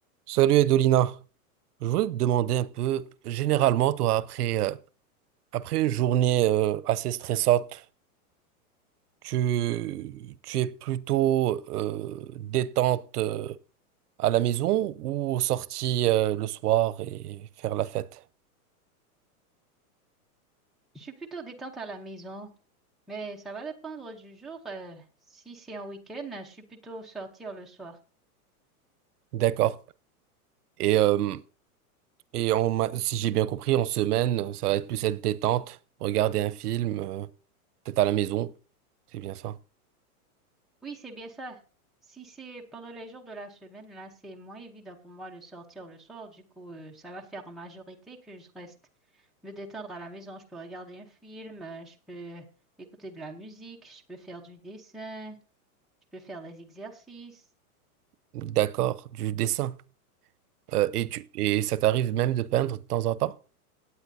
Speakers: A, on the right; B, in the centre.
A: Salut Edolina, je voulais te demander un peu, généralement, toi, après, euh, après une journée euh, assez stressante, tu, tu es plutôt euh, détente euh, à la maison ou sortie euh, le soir et faire la fête?
B: Je suis plutôt détente à la maison, mais ça va dépendre du jour. euh, si c'est un week-end, je suis plutôt sortir le soir.
A: D'accord. Et, euh, et en ma- si j'ai bien compris, en semaine, ça va être plus cette détente, regarder un film. euh, Peut-être à la maison. C'est bien ça.
B: Oui, c'est bien ça. Si c'est pendant les jours de la semaine, là, c'est moins évident pour moi de sortir le soir. Du coup, euh, ça va faire en majorité que je reste me détendre à la maison. Je peux regarder un film, euh, je peux écouter de la musique, je peux faire du dessin, je peux faire des exercices.
A: D'accord, du dessin. Euh, et tu et ça t'arrive même de peindre de temps en temps?